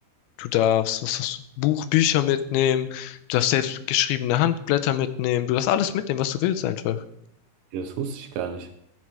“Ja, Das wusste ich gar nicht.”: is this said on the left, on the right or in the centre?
Right